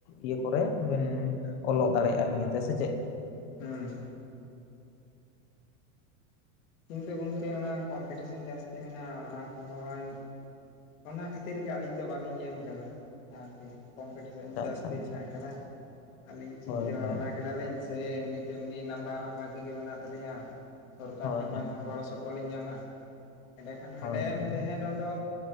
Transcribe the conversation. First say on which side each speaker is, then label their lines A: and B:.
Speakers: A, on the left (about 45°); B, on the left (about 70°).
A: ᱤᱭᱟᱹ ᱠᱚᱨᱮ ᱵᱮᱱ ᱚᱞᱚᱜ ᱫᱟᱲᱮᱭᱟᱜᱼᱟ ᱱᱤᱭᱟ. ᱛᱮ ᱥᱮ ᱪᱮᱫ?
B: ᱦᱩᱸ ᱤᱧ ᱫᱚ ᱜᱚᱢᱠᱮ ᱚᱱᱟ ᱠᱚᱢᱯᱤᱴᱤᱥᱮᱱ ᱡᱟᱹᱥᱛᱤ ᱢᱮᱱᱟᱜᱼᱟ ᱚᱱᱟ ᱠᱚᱸᱦᱚᱧ ᱚᱱᱟ ᱠᱷᱟᱹᱛᱤᱨ ᱜᱮ ᱟᱹᱞᱤᱧ ᱫᱚ ᱵᱟᱹᱞᱤᱧ ᱮᱢ ᱟᱠᱟᱫᱟ ᱟᱨᱠᱤ᱾ ᱠᱚᱢᱯᱤᱴᱤᱥᱮᱱ
A: ᱟᱪᱪᱷᱟ
B: ᱡᱟᱹᱥᱛᱤ
A: ᱟᱪᱪᱷᱟ
B: ᱢᱮᱱᱟᱜ ᱟᱠᱟᱫᱟ, ᱟᱹᱞᱤᱧ ᱪᱤᱱᱛᱟᱹ
A: ᱦᱳᱭ ᱦᱳᱭ
B: ᱵᱷᱟᱵᱱᱟ ᱠᱮᱫᱟᱞᱤᱧ᱾ ᱥᱮ ᱮᱢᱱᱤ ᱛᱮᱢᱱᱤ ᱱᱟᱢᱵᱟᱨ ᱦᱚᱸ ᱵᱷᱟᱜᱤ ᱜᱮ ᱢᱮᱱᱟᱜ ᱛᱟᱞᱤᱧᱟ, ᱥᱚᱨᱠᱟᱨ
A: ᱦᱳᱭ
B: ᱴᱷᱮᱡ ᱠᱷᱚᱡ ᱦᱚᱸ ᱜᱚᱲᱚ ᱥᱚᱯ ᱠᱚᱞ ᱤᱧ ᱧᱟᱢᱟ, ᱮᱸᱰᱮᱠᱷᱟᱱ ᱦᱟᱸᱰᱮᱢ
A: ᱦᱳᱭ ᱦᱳᱭ
B: ᱛᱮᱸᱦᱮᱱ ᱨᱮᱫᱚ